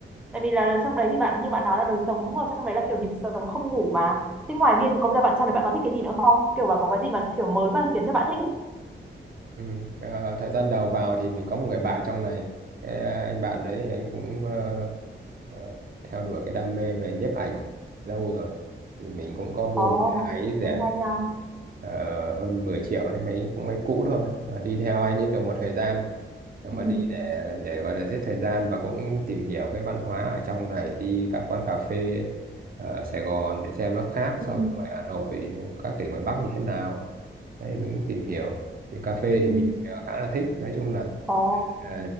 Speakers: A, in the centre; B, on the right (about 45°).
A: tại vì là trong đấy thì bạn như bạn nói là đời sống ở trong đấy là kiểu nhịp sống không ngủ mà thế ngoài bia thủ công ra bạn trong đấy bạn có thích cái gì nữa không kiểu bạn có cái gì mà kiểu mới mà khiến cho bạn thích không?
B: Ừ. ờ, thời gian đầu vào thì mình có một người bạn trong này cái ờ, anh bạn đấy thì anh cũng ờ, ờ, theo đuổi cái đam mê về nhiếp ảnh lâu rồi thì mình cũng có mua
A: Ồ
B: một cái máy rẻ
A: thế hay nha
B: ờ, hơn 10 triệu đấy máy cũng máy cũ thôi Ờ, đi theo anh ấy được một thời gian nhưng
A: ừ,
B: mà đi để để gọi là giết thời gian và cũng tìm hiểu cái văn hóa ở trong này đi các quán cà phê ở Sài Gòn để xem nó khác so
A: ừ,
B: với ngoài Hà Nội các tỉnh ngoài Bắc như thế nào đấy mình cũng tìm hiểu về cà phê
A: ừ.
B: thì mình ờ, khá là thích nói chung là
A: Ồ,
B: ờ,